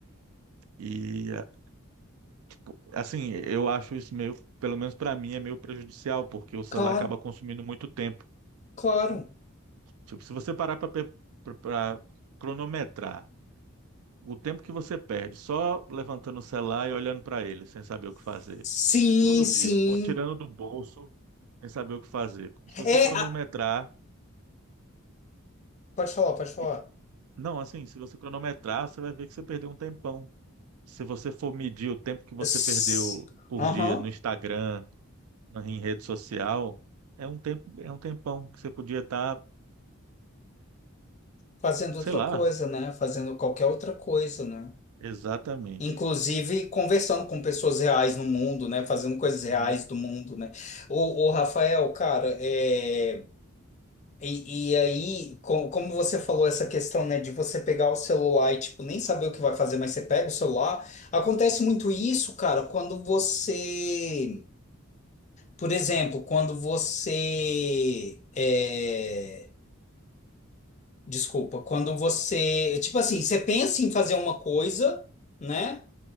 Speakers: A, on the right (about 80°); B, on the left (about 30°).
A: E, é, tipo, assim, eu acho isso meio, pelo menos para mim, é meio prejudicial, porque o celular
B: Claro,
A: acaba consumindo muito tempo.
B: claro.
A: Tipo, se você parar para cronometrar o tempo que você perde só levantando o celular e olhando para ele, sem saber o que fazer,
B: Sim,
A: todo dia,
B: sim.
A: ou tirando do bolso, sem saber o que fazer. Se
B: É,
A: você cronometrar,
B: a- pode falar, pode falar.
A: e- não, assim, se você cronometrar, você vai ver que você perdeu um tempão. Se você for medir o tempo que você
B: S-
A: perdeu por
B: Aham.
A: dia no Instagram, na- em rede social, é um tempo, é um tempão que você podia estar,
B: fazendo outra
A: sei lá,
B: coisa, né? Fazendo qualquer outra coisa, né?
A: exatamente.
B: Inclusive conversando com pessoas reais no mundo, né? Fazendo coisas
A: Uhum.
B: reais do mundo, né? O, Rafael, cara, é... e, e aí, co- como você falou essa questão, né, de você pegar o celular e, tipo, nem saber o que vai fazer, mas você pega o celular, acontece muito isso, cara, quando você, por exemplo, quando você é... Desculpa, quando você, tipo assim, você pensa em fazer uma coisa, né?